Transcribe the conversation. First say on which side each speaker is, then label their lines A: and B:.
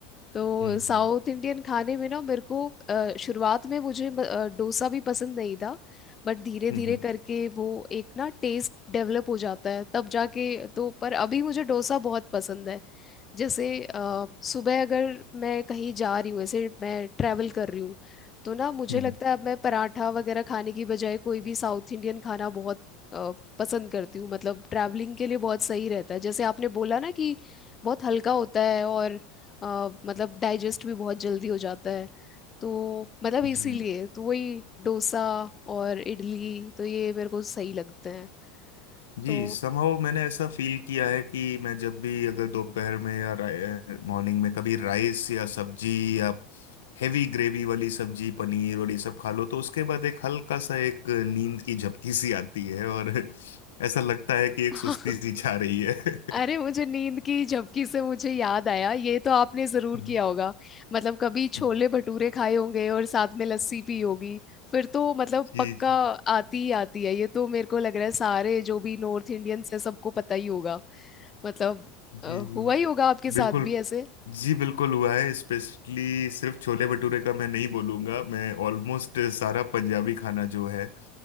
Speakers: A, on the left; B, on the left.
A: तो
B: हम्म
A: साउथ
B: हम्म
A: इंडियन खाने में ना मेरे को अ, शुरुआत में मुझे म- अ, डोसा भी पसंद नहीं था बट धीरे
B: हम्म
A: धीरे
B: हम्म
A: करके वो एक ना टेस्ट डेवलप हो जाता है तब जाके तो पर अभी मुझे डोसा बहुत पसंद है जैसे अ, सुबह अगर मैं कहीं जा रही हूँ ऐसे मैं ट्रैवल कर रही हूँ तो ना मुझे
B: हम्म
A: लगता
B: हम्म, हम्म,
A: है अब मैं पराठा वगैरह खाने की बजाय कोई भी साउथ इंडियन खाना बहुत अ, पसंद करती हूँ मतलब ट्रैवलिंग के लिए बहुत सही रहता है जैसे आपने बोला ना कि बहुत हल्का होता है और अ, मतलब डाइजेस्ट भी बहुत जल्दी हो जाता है तो मतलब इसीलिए
B: जी
A: तो वही डोसा और इडली तो ये मेरे को सही लगते हैं
B: जी
A: तो
B: समहाउ मैंने ऐसा फील किया है कि मैं जब भी अगर दोपहर में या मॉर्निंग में कभी राइस या सब्जी या हेवी ग्रेवी वाली सब्जी पनीर और ये सब खा लो तो उसके बाद एक हल्का सा एक नींद की झपकी सी आती है और <laughs> ऐसा लगता है कि एक
A: <laughs>
B: सुस्ती सी छा रही है <laughs>
A: अरे मुझे नींद की झपकी से मुझे याद आया ये तो आपने जरूर
B: हम्म,
A: किया होगा मतलब कभी छोले
B: हम्म।
A: भटूरे खाए होंगे और साथ में लस्सी पी होगी फिर तो मतलब
B: जी
A: पक्का
B: जी
A: आती ही आती है ये तो मेरे को लग रहा है सारे जो भी नॉर्थ इंडियंस है सबको पता ही होगा मतलब
B: जी
A: अ, हुआ ही होगा आपके साथ
B: बिल्कुल
A: भी ऐसे
B: जी बिल्कुल हुआ है स्पेशली सिर्फ छोले भटूरे का मैं नहीं बोलूंगा मैं ऑलमोस्ट सारा पंजाबी खाना जो है